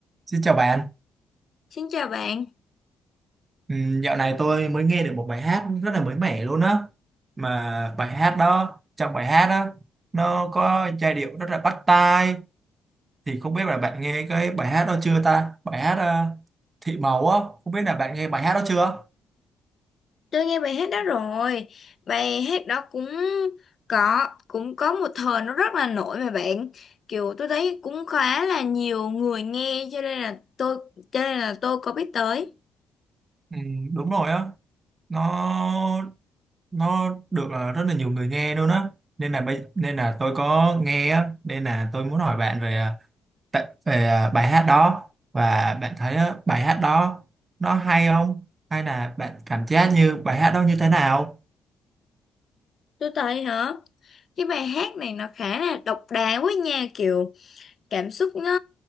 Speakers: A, on the right (about 30°); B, on the left (about 45°).
A: Xin chào bạn,
B: Xin chào bạn,
A: Ừm, dạo này tôi mới nghe được một bài hát rất là mới mẻ luôn á Mà bài hát đó, trong bài hát đó Nó có giai điệu rất là bắt tai Thì không biết là bạn nghe cái bài hát đó chưa ta Bài hát ờ, Thị Màu á, không biết là bạn nghe bài hát đó chưa
B: tôi nghe bài hát đó rồi. Bài hát đó cũng có cũng có một thời nó rất là nổi mà bạn. Kiểu tôi thấy cũng khá là nhiều người nghe cho nên là tôi cho nên là tôi có biết tới.
A: Ừm, Đúng rồi á, nó nó được ờ, rất là nhiều người nghe luôn á Nên là bây- nên là tôi có nghe á, nên là tôi muốn hỏi bạn về ờ, tại về à, bài hát đó và bạn thấy á, bài hát đó nó hay không hay là bạn cảm giác như bài hát đó như thế nào
B: Tôi thấy hả? Cái bài hát này nó khá là độc đáo quá nha, kiểu cảm xúc nó